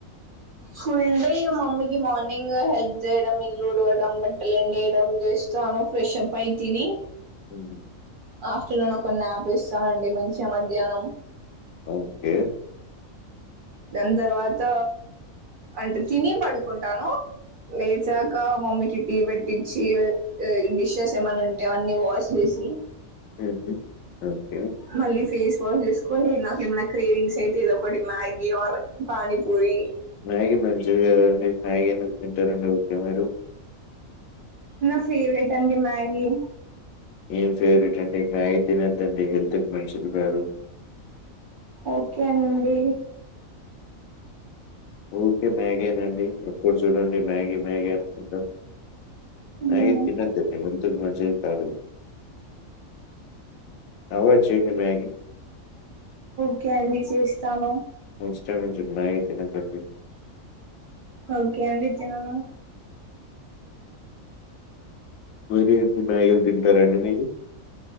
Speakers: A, on the right (about 65°); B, on the left (about 80°).
A: ఫుల్ డే మమ్మీకి మార్నింగ్ హెల్ప్ చేయడం ఇల్లు ఉడవడం బట్టలు ఎండేయడం చేస్తాను ఫ్రెష్ అప్ అయి తిని
B: ఉ
A: ఆఫ్టర్నూన్ కొన్ని న్యాప్ వేస్తానండి మంచిగా మధ్యాహ్నం
B: ఓకే
A: దని తర్వాత అంటే తిని పడుకుంటాను లేచాక మమ్మీకి టీ పెట్టించి డిషెస్ ఏమైన్నా ఉంటే అన్నీ వాష్ చేసి
B: హుహు. ఓకే.
A: మళ్ళీ ఫేస్ క్ చేసుంని నాకేమైనా క్రేవింగ్స్ అయితే ఏదో ఒకటి మ్యాగీ పానీపూరి
B: మ్యాగీ మంచిది కాదండి మ్యాగీ ఎందుకు తింటారండి ఉకే మీరు
A: నా ఫేవరెట్ అండి మ్యాగి
B: ఏం ఫేవరెట్ అండి మ్యాగీ తినద్దండి హెల్త్కి మంచిది కాదు
A: ఓకే అండి
B: ఓకే మ్యాగీనండి ఎప్పుడు చూడండి మ్యాగీ మ్యాగీ అనుకుంట మ్యాగీ
A: మ్మ్.
B: తిన్నద్దు అండి హెల్త్ కి మంచి కాదు అవాయిడ్ చేయండి మ్యాగీ
A: ఒకే అండి చేస్తాను
B: నెక్స్ట్ టైమ్ నుంచి మ్యాగీ తినకండి
A: ఓకే అండి తినను
B: మరి అన్ని మ్యాగీలు తింటారండి మీరు